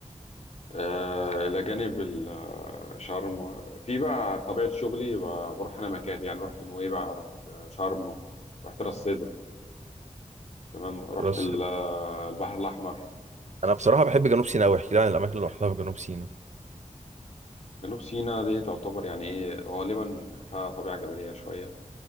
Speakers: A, on the left; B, on the right.
A: آه الى جانب ال- آه، شرم في بقى طبيعه شغلي ب- بروح انا مكاتب يعني رحت نويبع رحت آه، شرم رحت راس سدر تمام رحت
B: راس
A: ال- آه، البحر الاحمر
B: انا بصراحه بحب جنوب سيناء قوي احكي لي عن الاماكن اللي رحتها في جنوب سيناء
A: جنوب سيناء دي تعتبر يعني ايه غالبا فيها طبيعه جبليه شويه